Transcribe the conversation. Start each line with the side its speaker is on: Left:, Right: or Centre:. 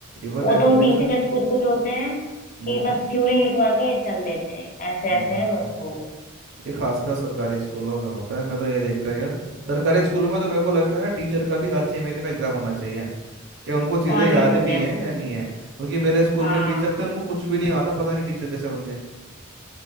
Right: Even
Left: वो
Right: education
Left: तो टीचर्स कुछ कुछ होते हैं
Right: हम्म
Left: कि बस थ्योरी लिखवा के चल देते हैं ऐसे ऐसे
Right: हाँ
Left: है बस हो गया
Right: ये खासकर सरकारी स्कूलों में होता है मैं तो ये देखता गया सरकारी स्कूलों में तो मेरे को लगता है ना टीचर का भी हर छः महीने में एग्जाम होना चाहिए कि उनको चीज़ें
Left: और
Right: याद
Left: नहीं तो क्या
Right: भी हैं या नहीं है क्योंकि मेरे स्कूल
Left: हाँ
Right: में एक टीचर थे उनको कुछ भी नहीं आता पता नहीं टीचर कैसे बन गए